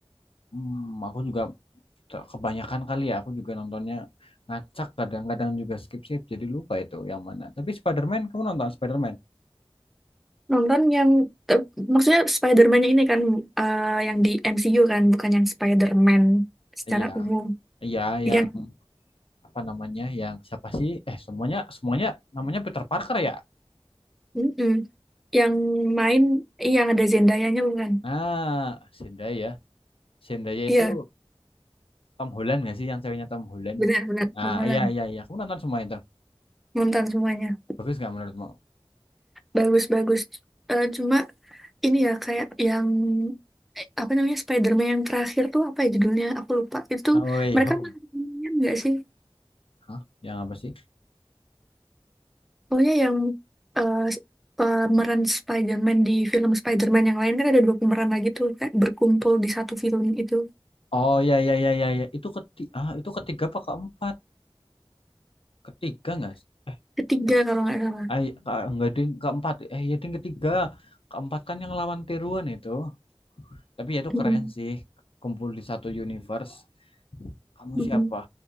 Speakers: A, on the left; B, in the centre.
A: Hmm, aku juga ter- kebanyakan kali ya. Aku juga nontonnya ngacak kadang-kadang juga skip-skip jadi lupa itu yang mana. Tapi Spider-Man kamu nonton Spider-Man?
B: nonton yang te- maksudnya Spider-Man ini kan eh, yang di MCU kan bukan yang Spider-Man secara
A: Iya.
B: umum
A: Iya,
B: iya.
A: yang apa namanya? Yang siapa sih? Eh, semuanya semuanya namanya Peter Parker ya?
B: mm-mm. yang main iya, yang ada Zendaya nya bukan
A: Nah, Zendaya. Zendaya
B: iya
A: itu Tom Holland nggak sih yang ceweknya Tom Holland?
B: benar-benar
A: Nah,
B: Tom Holland
A: iya iya iya. Aku nonton semua itu.
B: nonton semuanya
A: Bagus nggak menurutmu?
B: bagus-bagus Eh, cuma Ini ya kayak yang eh, apa namanya Spider-Man yang terakhir tuh apa ya judulnya? Aku lupa. Itu
A: No Way
B: mereka
A: Home.
B: main nggak sih?
A: Hah? Yang apa sih?
B: Pokoknya yang eh, s- pemeran Spider-Man di film Spider-Man yang lain kan ada dua pemeran lagi tuh kayak berkumpul di satu film itu.
A: Oh iya iya iya iya. iya. Itu keti ah itu ketiga apa keempat? Ketiga nggak? sih?
B: Ketiga
A: Eh,
B: kalau nggak salah.
A: ay, ka- enggak ding keempat. Eh ya ding ketiga. Keempat kan yang lawan tiruan itu. Tapi ya itu keren
B: Mm-mm.
A: sih. Kumpul di satu universe. Kamu
B: Mm-mm.
A: siapa?